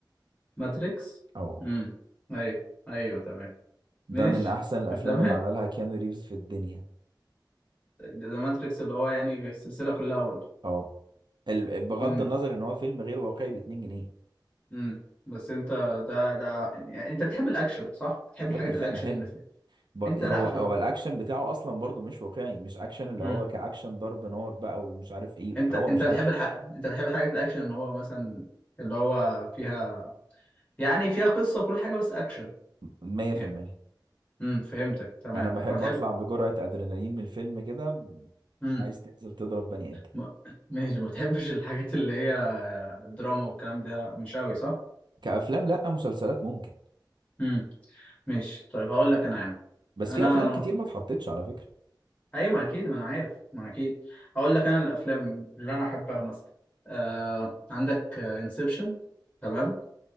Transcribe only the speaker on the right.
اه
ده
من احسن الافلام
اللي عملها كيانو ريفز في الدنيا
اه ال- بغض
النظر ان هو فيلم غير واقعي ب 2 جنيه
يا
ابني الفيلم
حلو
ب-
هو
هو الاكشن بتاعه اصلا برضو مش واقعي مش اكشن اللي
هو كاكشن ضرب نار بقى ومش عارف ايه
هو
مش
اكشن
100%
انا بحب
اطلع بجرعة ادرينالين من الفيلم كده
عايز تنزل تضرب بني ادم
كافلام لا مسلسلات ممكن
بس
في افلام كتير ما اتحطتش على فكرة